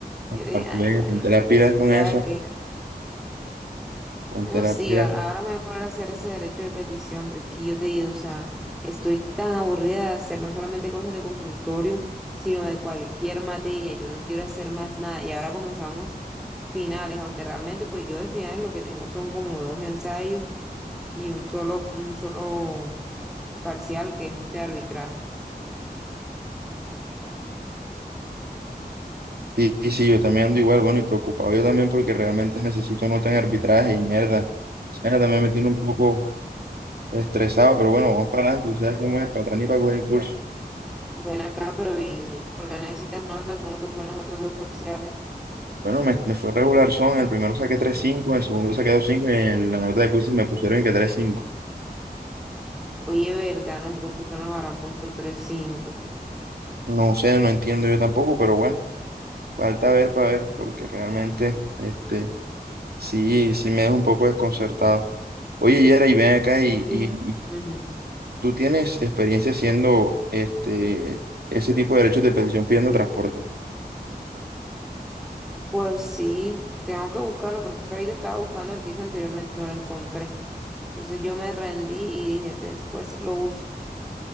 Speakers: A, on the right; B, in the centre.
A: Ah,
B: Yo dije, ay,
A: Pues,
B: bueno,
A: ponte las pilas con
B: ya
A: eso,
B: que.
A: ponte
B: No,
A: las
B: sí,
A: pilas
B: ahora ahora me voy a poner a hacer ese derecho de petición, pero es que yo te digo, o sea, estoy tan aburrida de hacer no solamente cosas de consultorio, sino de cualquier materia, yo no quiero hacer más nada. Y ahora comenzamos finales, aunque realmente pues yo de finales lo que tengo son como dos ensayos y un solo, un solo parcial que es este arbitraje.
A: Sí, sí, sí, yo también ando igual, bueno, y preocupado yo también porque realmente necesito nota en arbitraje y mierda. O sea, también me tiene un poco estresado, pero bueno, vamos para adelante, tú sabes cómo es, para atrás ni para coger impulso.
B: Ven acá, pero ¿y por qué necesitas notas? ¿Cómo te fueron los otros dos parciales?
A: Bueno, me, me fue regular son, en el primero saqué tres cinco, en el segundo saqué dos cinco y en la nota de quizzes me pusieron que tres cinco.
B: Oye, ¿verdad? Nosotros, ¿por qué nos habrán puesto tres cinco
A: No sé, no entiendo yo tampoco, pero bueno, falta ver para ver, porque realmente, este, sí, sí me deja un poco desconcertado. Oye, Yera, y ven acá
B: Es
A: y,
B: que...
A: y,
B: ujú.
A: ¿Tú tienes experiencia haciendo este, ese tipo de derechos de petición pidiendo transporte
B: Pues sí, tengo que buscarlo porque es que ahorita estaba buscando el que hice anteriormente y no lo encontré. Entonces yo me rendí y dije, después lo busco,